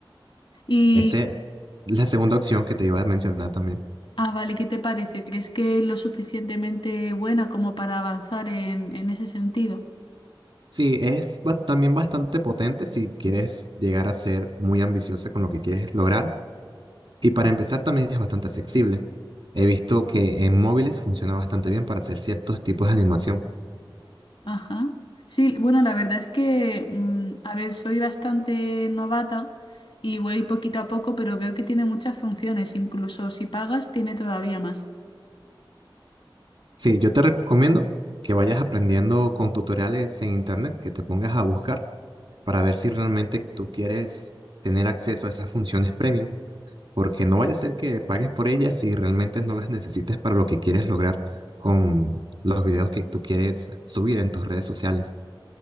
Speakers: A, on the left; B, on the right.
A: Y
B: Ese, la segunda opción que te iba a mencionar también.
A: Ah, vale, ¿qué te parece? ¿Crees que es lo suficientemente buena como para avanzar en, en ese sentido?
B: Sí, es ba- también bastante potente si quieres llegar a ser muy ambiciosa con lo que quieres lograr. Y para empezar también es bastante accesible. He visto que en móviles funciona bastante bien para hacer ciertos tipos de animación.
A: Ajá. Sí, bueno, la verdad es que, mm, a ver, soy bastante novata y voy poquito a poco, pero veo que tiene muchas funciones, incluso si pagas, tiene todavía más.
B: Sí, yo te recomiendo que vayas aprendiendo con tutoriales en internet, que te pongas a buscar para ver si realmente tú quieres tener acceso a esas funciones premium. porque no vaya a ser que pagues por ellas si realmente no las necesitas para lo que quieres lograr con los videos que tú quieres subir en tus redes sociales.